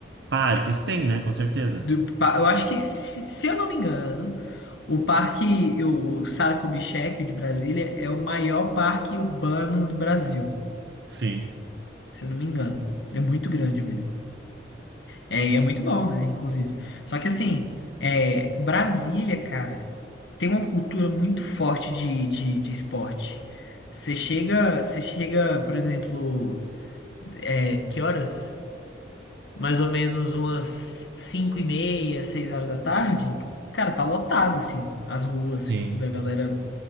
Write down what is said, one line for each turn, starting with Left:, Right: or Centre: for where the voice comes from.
Right: Parques tem, né? Com certeza.
Left: Do pa- eu acho que, se, se eu não me engano, o parque, o Saco-Bichec de Brasília é o maior parque urbano do Brasil.
Right: Sim,
Left: Se eu não me engano. É muito grande mesmo. É, e é muito bom, né? Inclusive. Só que assim, é, Brasília, cara, tem uma cultura muito forte de, de, de esporte. Você chega, você chega, por exemplo, é, que horas? Mais ou menos umas cinco e meia, seis horas da tarde. Cara, tá lotado, assim, as ruas
Right: sim.
Left: da galera